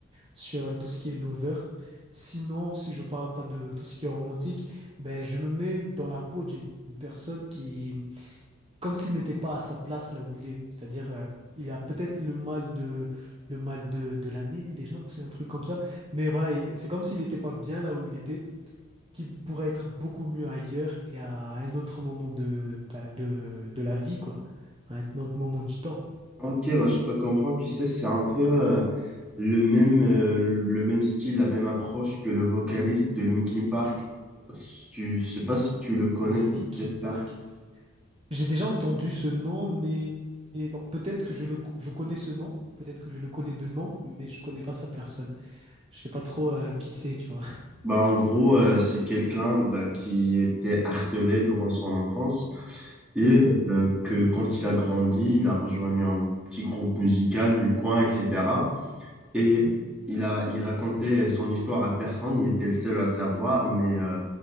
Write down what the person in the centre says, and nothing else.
Ok, bah, je te comprends, tu sais, c'est un peu euh, le même, euh, le même style, la même approche que le vocaliste de Linkin Park. Si Tu, je sais pas si tu le connais,
c'est Chester.
Bah, en gros, euh, c'est quelqu'un bah, qui était harcelé durant son enfance et
euh, que quand il a grandi, il a rejoint un petit groupe musical du coin, etc. Et
il a, il racontait son histoire à personne, il était le seul à savoir, mais... euh,